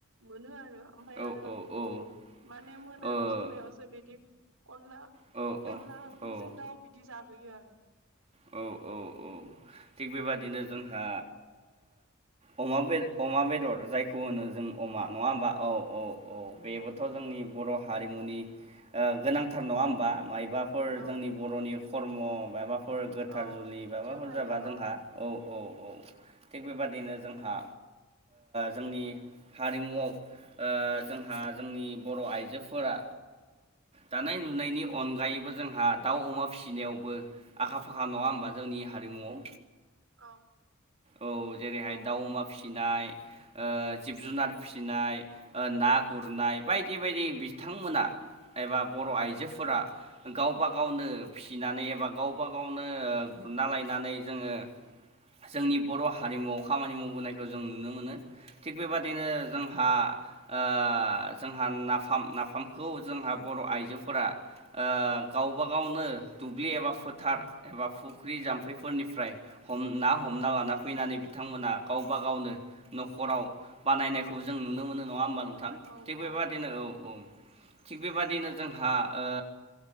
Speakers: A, on the right (about 85°); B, on the right (about 30°).
A: मोनो आरो ओमफ्राय
B: औ
A: आरो
B: औ औ
A: माने
B: ओ
A: मोनानि समायावसो बिदि अनला
B: औ औ
A: अनला ओंख्रिजों
B: औ
A: दाउ बिदि जाहोयो आरो
B: औ औ औ थिग बेबादिनो जोंहा अमा अमा बेदर जाय खौ होनो जों अमा नङा होमबा औ औ औ बेबोथ' जोंनि बर' हारि हारिमुनि गोनांथार नङा होमबा मायबाफोर
A: औ
B: जोंनि बर'नि खर्म मायबा फोर गोथार
A: औ
B: जुलि माबाफोर
A: बिदियाव थायो
B: जाबा
A: औ
B: जोंहा औ औ औ थिग बेबादिनो जोंहा जोंनि हारिमुआव जोंहा जोंनि बर' आइजोफोरा दानाय लुनायनि अनगायैबो जोंहा दाउ अमा फिसिनायावबो आखा फाखा नङा होमबा जोंनि हारिमुआव
A: औ
B: औ जेरैहाय
A: औ
B: दाउ अमा फिसिनाय जिब जुनार फिसिनाय ना
A: औ
B: गुरनाय बायदि बायदि बिथांमोना एबा बर'
A: औ
B: आइजोफोरा गावबा गावनो फिसिनानै एबा गावबा गावनो गुरना लायनानै जोङो जोंनि बर' हारिमुआव खामानि मावबोनायखौ जों नुनो मोनो थिग बेबादिनो
A: औ
B: जों जोंहा ओ जोंहा नाफाम नाफामखौ जोंहा बर' आइजोफोरा ओ गावबा गावनो दुब्लि एबा फोथार एबा फुख्रि जाम्फैफोरनिफ्राय हम ना
A: औ
B: हमना लाना फैनानै बिदि बिथांमोना गावबा गावनो न'खराव बानायनायखौ जों नुनो मोनो। नङा होमबा
A: नुनो
B: नोंथां
A: मोनो औ
B: थिग
A: औ
B: बेबाददिनो औ औ थिग बेबादिनो जोंहा ओ